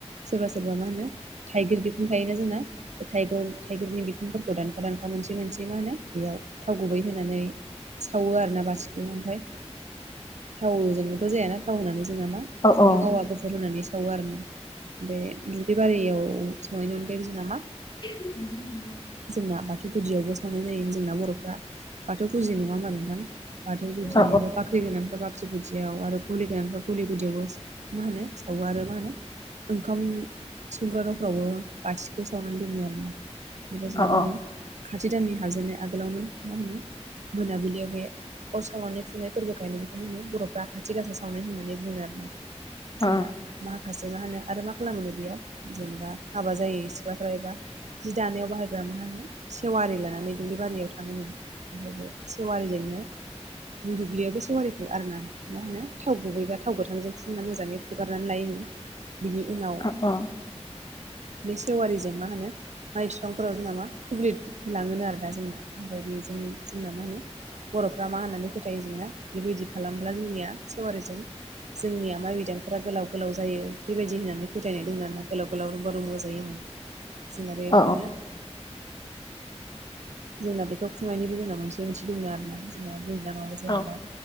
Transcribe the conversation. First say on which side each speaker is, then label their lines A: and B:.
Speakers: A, on the right (about 90°); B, on the left (about 40°).
A: सोरबा सोरबा मा होनो थाइगिर बिखुं थायोना जोंना बे थगर थाइगिरनि बि खंफोरखौ दानखा दानखा मोनसे मोनसे मा होनो बेयाव थाव गुबै होनानै। सावो आरोना बाथिखौ ओमफ्राय थावजोंबोथ' जायाना थाव होनानै जोंना मा
B: औ
A: खुन्दुं
B: औ
A: आवा गुफुर होनानै सावो आरोना। बे दुब्लिबारियाव संनायनि अनगायैबो जोंना मा
B: <inaudible>
A: जोंना बाथौ गुदियावबो सावनाय जायो। जोंना बर'फ्रा बाथौ फुजि नङा होनबा नों थां। बाथौ गुदि
B: औ
A: एबा बाख्रि गोनांफ्रा बाख्रि गुदियाव आरो गलि गोनांफ्रा गलि गुदियावबो। मा होनो सावो आरो मा होनो। ओंखाम संग्रा नफ्रावबो बाथिखौ सावनानै दोनो आरोना। बेबायदिनो
B: अ
A: मा
B: अ।
A: होनो खाथि दाननि हाबजेननाय आगोलावनो मा होनो मोनाबिलियाव बे अर सावनानै खुंनाय फोरबोखायनो बेखौ होनो बर'फ्रा खाथि गासा सावनाय होननानै बुङो आरोना।
B: औ
A: जोंना माखासे मा होनो आरो मा खालामो बेयाव जेनेबा हाबा जायो सिख्लाफ्रा एबा जि दानायाव बाहायग्रा मा होनो सेवारि लानानै दुब्लि बारियाव थाङोनो। आमफ्राय बे सेवारिजोंनो दुब्लियाव बे सेवारिखौ आरोना मा होनो थाव गुबैबा थाव गोथांजों फुनना मोजाङै फुगारनानै लायोनो। बिनि उनाव
B: औ औ
A: बे सेवारिजों मा होनो माइ बिफांफोराव जों नामा फुब्लि होलाङोनो आरो दा जोंना। ओमफ्राय बेजों जोंना मा होनो बर'फ्रा मा होननानै फोथायो जोंना बे बायदिखौ खालामब्ला जोंनिया सेवारिजों जोंनिया माइ बिदांफोरा गोलाव गोलाव जायो बे बायदि होननानै फोथायनाय दं ना गोलाव गोलाव रमबा रुमबां जायो होननानै। जोंना बे
B: औ
A: मा होनो जोंना बेखौ खुंनायनिबो जोंना मोनसे ओंथि दङ आरोना। जोंना दैज्लाङाव जेनेबा
B: औ